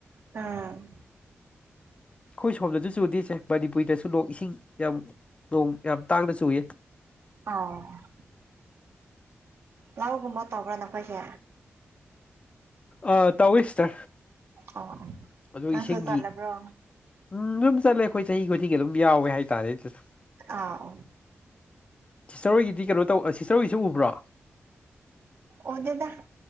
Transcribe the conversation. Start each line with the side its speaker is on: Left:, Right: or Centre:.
Right: ꯎꯝ
Left: ꯑꯩꯈꯣꯏ ꯁꯣꯝꯗꯁꯨ ꯆꯨꯗꯦꯁꯦ ꯃꯅꯤꯄꯨꯔꯤꯗꯁꯨ ꯏꯁꯤꯡ ꯌꯥꯝ ꯅꯣꯡ ꯌꯥꯝ ꯇꯥꯡꯗꯁꯨ ꯎꯏ
Right: ꯑ ꯂꯧꯒꯨꯝꯕ ꯇꯧꯕ꯭ꯔꯥ ꯅꯈꯣꯏꯁꯦ
Left: ꯑ ꯇꯧ ꯏꯁ
Right: ꯑꯣ
Left: ꯑꯗꯨꯒ
Right: ꯅꯪꯁꯨ
Left: ꯏꯁꯤꯡꯒꯤ
Right: ꯆꯠꯂꯕ꯭ꯔꯣ
Left: ꯎꯝ ꯑꯗꯨꯝ ꯆꯠꯂꯦ ꯑꯩꯈꯣꯏ ꯆꯍꯤ ꯈꯨꯗꯤꯡꯒꯤ ꯑꯗꯨꯝ ꯌꯥꯎꯋꯦ ꯍꯥꯏꯇꯥꯔꯦ ꯁꯤꯁꯨ
Right: ꯑꯥ
Left: ꯁꯤꯁꯇꯔ ꯍꯣꯏꯒꯤꯗꯤ ꯀꯩꯅꯣ ꯇꯧꯕ ꯁꯤꯁꯇꯔ ꯍꯣꯏꯒꯤꯁꯨ ꯎꯕ꯭ꯔꯣ
Right: ꯃꯖꯦꯗ